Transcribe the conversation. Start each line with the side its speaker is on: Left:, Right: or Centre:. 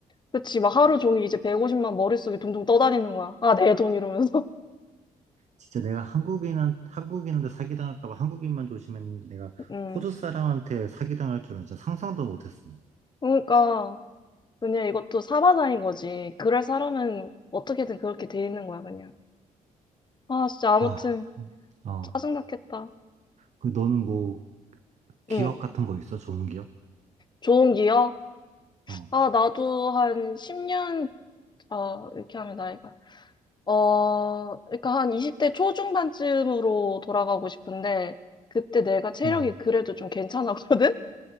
Left: 그치, 막 하루 종일 이제 150만 머릿속에 둥둥 떠다니는 거야. 아, 내 돈 이러면서.
Right: 진짜 내가 한국인한 한국인한테 사기당할까 봐 한국인만 조심했는데 내가
Left: <laughs> 응.
Right: 호주 사람한테 사기당할 줄은 진짜 상상도 못했어.
Left: 그러니까, 그냥 이것도 사바사인 거지. 그럴 사람은 어떻게든 그렇게 돼 있는 거야, 그냥. 아, 진짜 아무튼
Right: 아, 참. 어.
Left: 짜증났겠다.
Right: 그 너는 뭐 기억
Left: 응.
Right: 같은 거 있어? 좋은 기억?
Left: 좋은 기억?
Right: 어,
Left: 아, 나도 한 10년 아, 이렇게 하면 나이가. 어, 그러니까 한 20대 초중반쯤으로 돌아가고 싶은데, 그때 내가 체력이
Right: 어,
Left: 그래도 좀 괜찮았거든? <laughs>